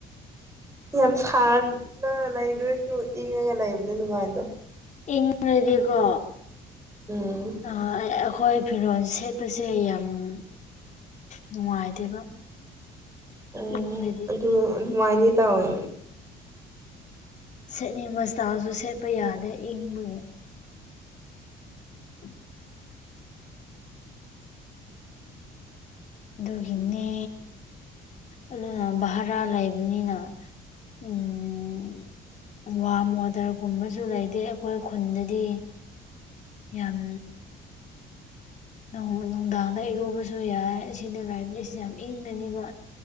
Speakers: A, on the right; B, on the left.
A: ꯌꯥꯝ ꯁꯥꯟꯅ ꯂꯩꯗꯣꯏꯁꯨ ꯏꯪꯉꯒ ꯂꯩꯕꯗꯣ ꯅꯨꯡꯉꯥꯏꯗꯣ
B: ꯏꯪꯉꯥꯗꯤꯀꯣ
A: ꯎꯝ
B: ꯑꯩꯈꯣꯏ ꯐꯤꯔꯣꯜ ꯁꯦꯠꯄꯁꯦ ꯌꯥꯝ ꯑ ꯅꯨꯡꯉꯥꯏꯇꯦꯕ
A: ꯑꯣ
B: ꯏꯪꯔꯗꯤ
A: ꯑꯗꯨ ꯑꯗꯨꯃꯥꯏꯅ ꯇꯧꯋꯦ
B: ꯁꯦꯠꯅꯤꯡꯕꯁꯇꯥꯁꯨ ꯁꯦꯠꯄ ꯌꯥꯗ꯭ꯔꯦ ꯏꯪꯕꯅꯦ ꯎ <inaudible> ꯑꯗꯨꯒꯤꯅꯦ ꯑꯗꯨꯅ ꯚꯔꯥ ꯂꯩꯕꯅꯤꯅ ꯎꯝ ꯋꯥꯝ ꯋꯥꯇꯔꯒꯨꯝꯕꯁꯨ ꯂꯩꯇꯦ ꯑꯩꯈꯣꯏ ꯈꯨꯟꯗꯗꯤ ꯌꯥꯝ ꯅꯨꯡꯗꯥꯡꯗ ꯏꯔꯨꯕꯁꯨ ꯌꯥꯏ ꯑꯁꯤꯅ ꯂꯥꯏꯕ ꯑꯁꯤ ꯌꯥꯝ ꯏꯪꯒꯅꯤꯕ